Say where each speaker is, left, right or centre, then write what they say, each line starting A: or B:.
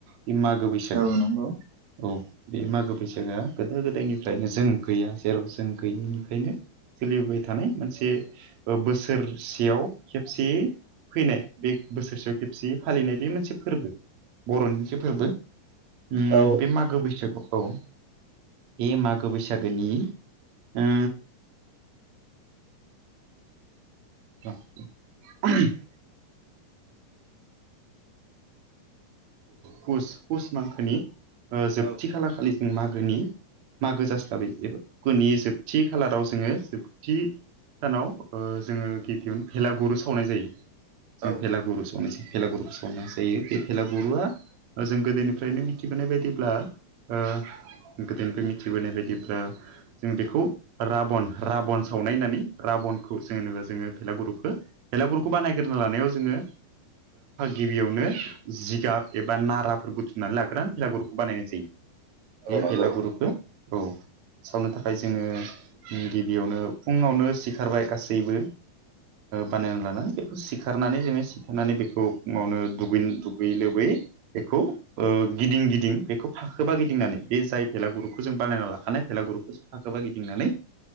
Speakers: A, on the right; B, on the right.
A: बे मागो बैसागु
B: औ नंगौ
A: औ बे मागो बैसागुआ गोदो गोदायनिफ्रायनो जों गैया जेराव जों गैयैनिफ्रायनो सोलिबोबाय थानाय मोनसे बोसोरसेयाव खेबसे फैनाय बे बोसोरसेयाव खेबसेयै फालिनाय बे मोनसे फोरबो बर'नि जे फोरबो ओम
B: औ
A: बे मागो बैसागु औ बे मागो बैसागुनि ओ <unintelligible> पुस मांखोनि जोबथि
B: औ
A: खालार खालिजों मागोनि मागो जास्लाबै एबा गुनि जोबथि खालाराव जोङो जोबथि सानाव ओ जोङो गिबियावनो भेलागुरु सावनाय जायो। जों
B: औ
A: भेलागुरु सावनो भेलागुरुखौ सावनाय जायो बे भेलागुर बर'आ जों गोदोनिफ्रायनो मिथिबोनाय बायदिब्ला ओ गोदोनिफ्राय मिथिबोनाय बायदिब्ला जों बेखौ राबन राबन सावनाय होननानै राबनखौ जोनेबा जोङो भेलागुरुखौ बेलागुरखौ बानायग्रोनो लानायाव जोङो गिबियावनो जिगाब एबा नाराफोर बुथुमनानै लाग्रान हिलागुरुखौ बानायनाय जायो। बे
B: औ नंगौ
A: भेलागुरुखौ औ सावनो थाखाय जोंङो गिबियावनो फुंङावनो सिखारबाय गासैबो बानायना लाना बेखौ सिखारनानै जोंङो सिखारनानै बेखौ मावनो दुगैनो लोबै लोबै बेखौ ओ गिदिं गिदिं बेखौ फाखोबा गिदिंनानै बे जाय भेलागुरखौ जों बानायना लाखानाय भेलागुरुपखौ फाखोबा गिदिंनानै